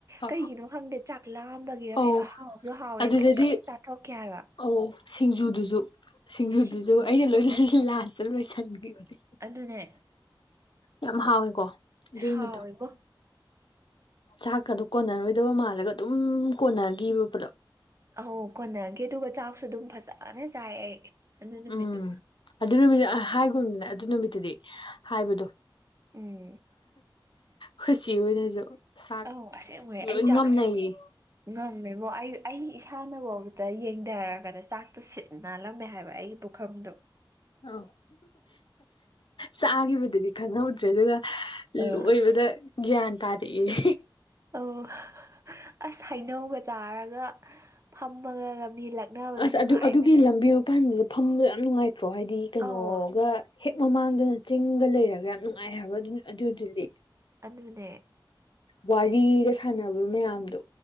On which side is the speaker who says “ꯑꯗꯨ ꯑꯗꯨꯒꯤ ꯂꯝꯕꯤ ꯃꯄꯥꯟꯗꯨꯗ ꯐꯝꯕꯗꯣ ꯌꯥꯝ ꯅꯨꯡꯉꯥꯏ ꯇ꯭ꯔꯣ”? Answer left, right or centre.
Left